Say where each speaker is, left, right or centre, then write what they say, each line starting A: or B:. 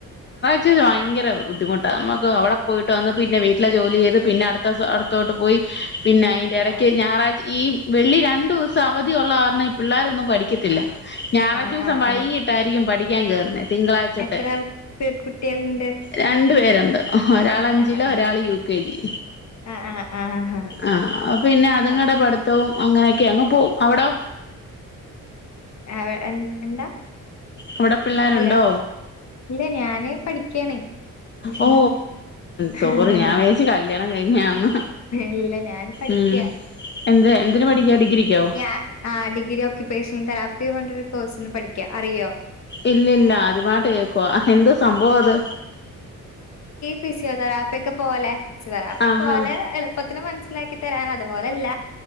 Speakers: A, on the left (about 35°); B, on the left (about 50°).
A: ത്തത് ഭയങ്കര ബുദ്ധിമുട്ടാ മ്മക്ക് അവിടെ പോയിട്ട് വന്ന്, പിന്നെ വീട്ടിലെ ജോലി ചെയ്ത്, പിന്നെ അടുത്ത സലത്തോട്ട് പോയി, പിന്നയിന്റെടക്ക്
B: ആ
A: ഞായറാഴ്ച ഈ വെള്ളി രണ്ടൂസവധി ഒള്ള കാരണം ഈ പിള്ളോരൊന്നും പഠിക്കത്തില്ല ഞാറാച്ചൂസം
B: ആ ആ
A: വൈയ്യീട്ടായിരിക്കും
B: ആ
A: പഠിക്കാൻ കേറുന്നെ തിങ്കളാഴ്ചത്തെ,
B: എത്ര പി- കുട്ടികളുണ്ട്
A: രണ്ടു പേരാ ഓഹ്‌രാളഞ്ചിലൊ
B: ആ ആ
A: ഒരാള് യുകെജി
B: ആ ആ ആ
A: ആഹ് പിന്നെ അത്ങ്ങാടെ
B: ആ
A: പട്ത്തവും അങ്ങനെയൊക്കങ് പോവും അവടോ?
B: അവെ എൻ എന്താ
A: അവിടെ പിള്ളേരുണ്ടോ
B: ഹലോ ല്ല ഞാന് പടി <unintelligible>
A: ഓ സോറി ഞാൻ വിചാരിച്ച് കല്യാണം കഴിഞ്ഞയാന്ന്
B: ഇല്ല ഞാന് പഠിക്ക
A: ഉം എന്ത് എന്തിന്
B: മ്മ്
A: പഠിക്കാ ഡിഗ്രിക്കോ
B: ഞാ ആ ഡിഗ്രിയോ ക്ക് പേഷ്മ് തെറാപ്പി ന്ന് പറഞ്ഞിട്ടൊരു കോഴ്സിന് പഠിക്കാ, അറിയോ?
A: ഇല്ലല്ല അത് പാട്ട് കേക്കുവാ എന്ത് സംഭവത്
B: പിസിയോതെറാപ്പ്യക്കെ പോലെ ഫിസിയോതറാപ്പി
A: ആഹാ
B: പ്പോലെ എള്പ്പത്തില് മൻസിലാക്കിത്തരാനതുപോലല്ല